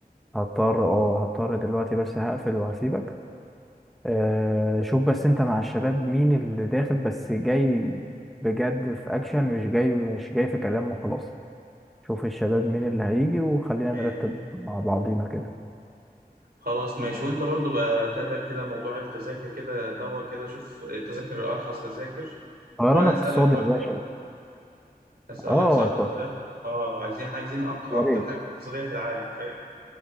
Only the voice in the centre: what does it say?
هضطر اه هضطر دلوقتي بس هقفل وهسيبك آه، شوف بس انت مع الشباب مين اللي داخل بس جاي بجد في اكشن مش جاي مش جاي في كلام وخلاص شوف الشباب مين اللي هيجي وخلينا
نرتب مع بعضينا كده
طيران
اقتصادي
يا باشا
اه
طب
يا ريت